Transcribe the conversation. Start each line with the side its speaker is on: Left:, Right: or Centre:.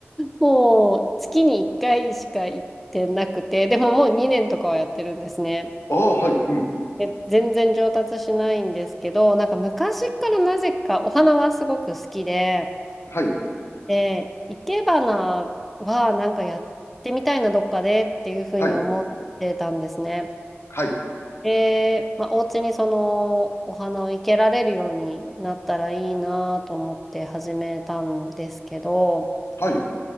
Centre: もう月に1回しか行ってなくて、でももう2年とかはやってるんですね。
Left: ああ、はい、うん、
Centre: で全然上達しないんですけど、なんか昔からなぜかお花はすごく好きで、
Left: はい、
Centre: で、生け花はなんかやってみたいな、どっかでっていうふうに思ってたんですね。
Left: はい、はい、
Centre: で、まあ、お家にそのお花を生けられるようになったらいいなと思って始めたんですけど、
Left: はい、